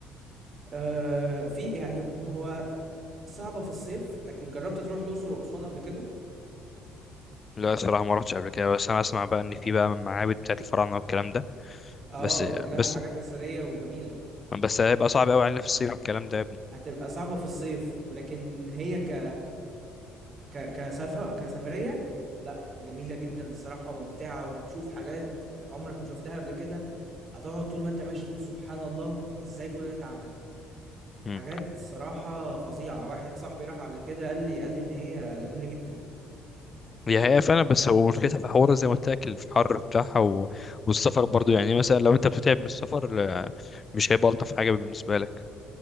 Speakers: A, on the right; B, on the left.
A: آه في يعني هو صعبة في الصيف لكن جربت تروح الأقصر وأسوان قبل كده
B: لا الصراحه ما رحتش قبل كده بس انا اسمع بقى ان في بقى معابد بتاعت الفراعنه والكلام ده
A: اه
B: بس
A: كلها
B: بس
A: حاجات أثرية وجميلة
B: بس هيبقى صعب قوي علينا في الصيف الكلام ده يا ابني
A: هتبقى صعبة في الصيف لكن هي ك ك كسفر كسفرية لا جميلة جدا الصراحة وممتعة وهتشوف حاجات عمرك ما شفتها قبل كده هتقعد طول ما انت ماشي تقول سبحان الله ازاي كل ده اتعمل
B: مم.
A: حاجات صراحة فظيعة واحد صاحبي راح قبل كده قال لي قال لي ان هي جميلة جدا
B: هي هي فعلا بس هو مشكلتها في حوار زي ما قلت لك الحر بتاعها و... والسفر برضو يعني مثلا لو انت بتتعب من السفر لا- مش هيبقى الطف حاجه بالنسبه لك